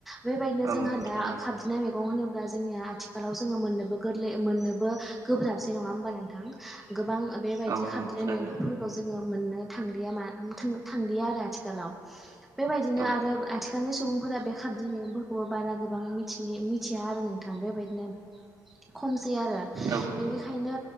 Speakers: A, in the centre; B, on the right.
A: बेबायदिनो
B: औ
A: जोंहा
B: नंगौ
A: दा
B: थारैनो
A: खाबजोबनाय मैगं होनोब्ला जोंनिया आथिखालाव जोङो मोननोबो गोरलै मोननोबो गोब्राबसै नङा होमबा नोंथां गोबां बेबायदि
B: औ
A: खाबदिंनाय
B: नंगौ थारैनो
A: मैगफोरखौ जोङो मोननो थांलिया मा थांदिया आरो आथिखालाव बेबायदिनो
B: औ
A: आरो आथिखालनि सुबुं फोरा बे खाबदिं मैगंफोरखौबो बारा गोबां मिथि-मिथिया आरो नोंथां बेबायदिनो खमसै आरो
B: औ
A: बिनिखायनो